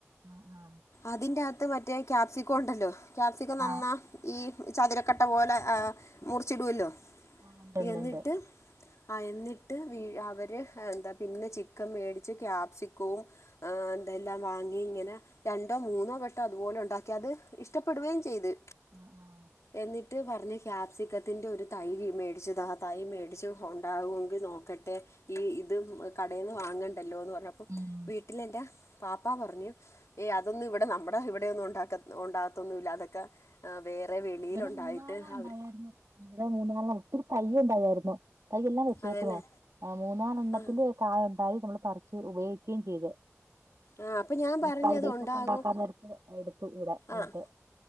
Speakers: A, on the right; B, on the left.
A: ആ ആ
B: അതിന്റെ അകത്ത് മറ്റേ ക്യാപ്സിക്കോ ഉണ്ടല്ലോ ക്യാപ്സിക്കോ നന്നാ
A: ആ
B: ഈ ചതുരക്കട്ട പോലെ ആ മുറിച്ചിടുല്ലോ
A: ആഹ് ഉണ്ട്ണ്ട്ണ്ട്
B: എന്നിട്ട് ആ എന്നിട്ട് അവര് എന്താ പിന്നെ ചിക്കൻ മേടിച്ച് ക്യാപ്സിക്കവും ആ അതെ എല്ലാം വാങ്ങി ഇങ്ങനെ രണ്ടോ മൂന്നോ വെട്ടോ അതുപോലെ ഉണ്ടാക്കി അത് ഇഷ്ടപ്പെടുകയും ചെയ്ത്
A: ആഹ് ആഹ്
B: എന്നിട്ട് ട്ട് പറഞ്ഞ് ക്യാപ്സിക്കത്തിൻ്റെ ഒരു തൈ മേടിച്ചത് ആ തൈ മേടിച്ച് ഉണ്ടാകുമെങ്കിൽ നോക്കട്ടെ ഈ ഇത് കടയിൽന്ന് വാങ്ങണ്ടല്ലോ എന്ന് പറഞ്ഞപ്പോ
A: ഉം
B: വീട്ടില എന്റെ പാപ്പാ പറഞ്ഞു ഏയ് അതൊന്നും ഇവിടെ നമ്മുടെ ഇവിടെന്നും ഉണ്ടാക്ക ഉണ്ടാകത്തൊന്നുമല്ല അതൊക്കെ ആ വേറെ വെളിയിൽണ്ടായിട്ട്
A: ഇവിടെ മൂന്നാലെണ്ണം ഉണ്ടായായിരുന്നു
B: അവർ
A: ഇവിടെ മൂന്നാാലെണ്ണം ഒത്തിരി തൈ്യ ഉണ്ടായിരുന്നു തയ്യെല്ലാം വെച്ചേക്കണോ
B: അതെല്ലേ
A: ആ മൂന്നാാലെ എണ്ണത്തിന്റെ
B: ആ
A: കായ ഉണ്ടായി നമ്മൾ പറിച്ച് ഉപയോഗിക്കുകയും ചെയ്ത്.
B: ആഹ് അപ്പൊ ഞാൻ പറഞ്ഞത്
A: പ്പയിഡീസക്കെണ്ടാക്കാൻ
B: ഉണ്ടാകും
A: നേരത്ത് എടുത്തു ഇവടെ അന്നിട്ട്.
B: ആഹ്